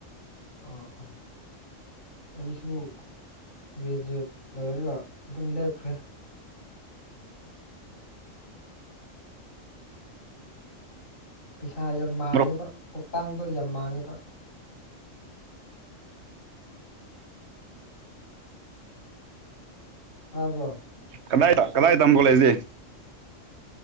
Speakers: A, on the left; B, on the right.
A: ꯑ ꯑ ꯑꯩꯁꯨ ꯒ꯭ꯔꯦꯖꯨꯋꯦꯠ ꯂꯩꯔꯒ ꯑꯗꯨꯝ ꯂꯦꯞꯈ꯭ꯔꯦ ꯄꯩꯁꯥ ꯌꯥꯝ ꯃꯥꯡꯉꯤꯕ
B: ꯃꯔꯨꯞ
A: ꯀꯣꯛꯇꯥꯡꯗꯣ ꯌꯥꯝ ꯃꯥꯡꯉꯤꯕ ꯇꯥꯕ꯭ꯔꯣ
B: ꯀꯗꯥꯏꯗ ꯀꯗꯥꯏꯗ ꯇꯝꯕꯣ ꯂꯩꯁꯦ